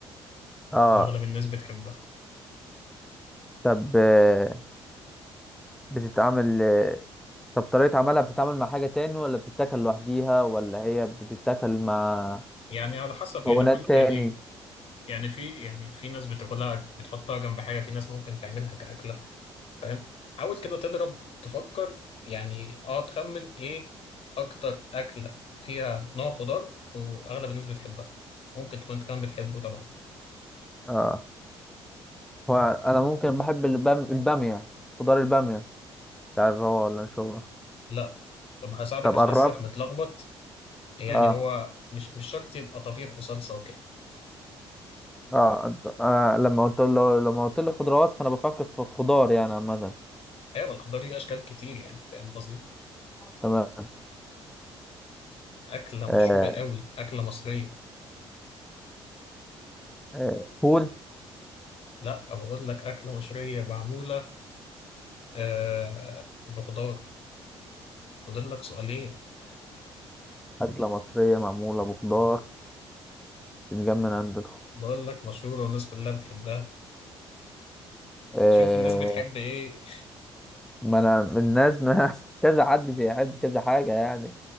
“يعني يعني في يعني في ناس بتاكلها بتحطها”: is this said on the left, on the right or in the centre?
Left